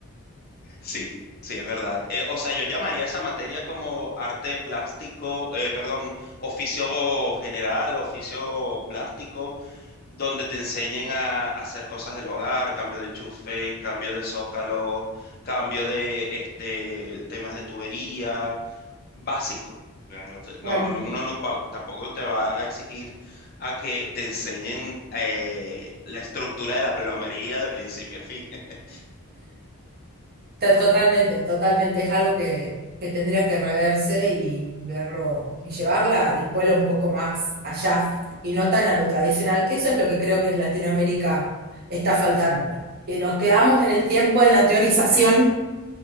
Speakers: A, on the left (about 40°); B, on the right (about 45°).
A: Sí, sí, es verdad. Eh, o sea, yo llamaría esa materia como arte plástico, eh, perdón, oficio general, oficio plástico, donde te enseñen a, a hacer cosas del hogar, cambio de enchufe, cambio de zócalo, cambio de este, temas de tubería, básico. Ya No, te- no,
B: Claro.
A: no- uno no pa- tampoco te va a exigir a que te enseñen eh, la estructura de la plomería de principio a fin. <laughs>
B: to- Totalmente, totalmente. Es algo que, que tendría que reverse y, y verlo y llevarla a la escuela un poco más allá y no tan a lo tradicional, que eso es lo que creo que en Latinoamérica está faltando. Que nos quedamos en el tiempo, en la teorización